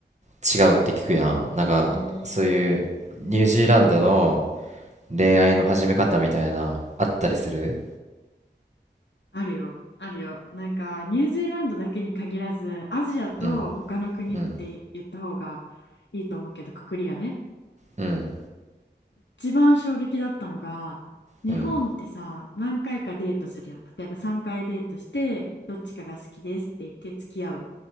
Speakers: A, on the left; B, on the right.
A: そうだね。
B: 違うって聞くやん。なんか、そういうニュージーランドの恋愛の始め方みたいなあったりする
A: あるよ、あるよ。なんか、ニュージーランドだけに限らず、アジアと他の国って言った方が
B: うんうん
A: いいと思うけど、くくりがね。
B: うん
A: 一番衝撃だったのが、日本ってさ、
B: うん
A: 何回かデートするやん。例えば3回デートして、どっちかが好きですって言って付き合う。